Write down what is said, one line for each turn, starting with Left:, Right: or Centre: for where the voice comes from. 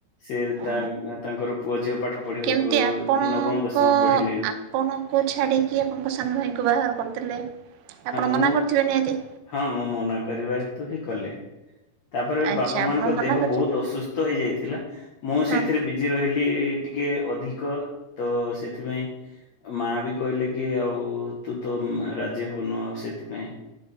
Left: ସେ
Right: ହଁ।
Left: ତାଙ୍କ ତାଙ୍କର ପୁଅ ଝିଅ ପାଠ ପଢିବାକୁ
Right: କେମିତି ଆପଣଙ୍କ
Left: ନବମ ଦଶମ ପଢିଲେଣି।
Right: ଆପଣଙ୍କୁ ଛାଡିକି ଆପଣଙ୍କ ସାନ ଭାଇଙ୍କୁ ବାହାଘର କରିଦେଲେ ଆପଣ
Left: ମୁଁ
Right: ମନା କରିଥିବେ ନିହାତି।
Left: ହଁ ମୁଁ ମନା କରିବା ହେତୁ ହିଁ କଲେ। ତାପରେ
Right: ଆଚ୍ଛା
Left: ବାପା
Right: ଆପଣ
Left: ମାଙ୍କ
Right: ମନା
Left: ଦେହ
Right: କରିଛନ୍ତି
Left: ବହୁତ ଅସୁସ୍ଥ ହେଇଯାଇଥିଲା ମୁଁ
Right: ହଁ।
Left: ସେଥିରେ ବି ଜି ରହିଲି ଟିକେ ଅଧିକ ତ ସେଥିପାଇଁ ମା ବି କହିଲେ କି ଆଉ ତୁ ତ ମା ରାଜ୍ ରାଜି ହଉନୁ ଆଉ ସେଥିପାଇଁ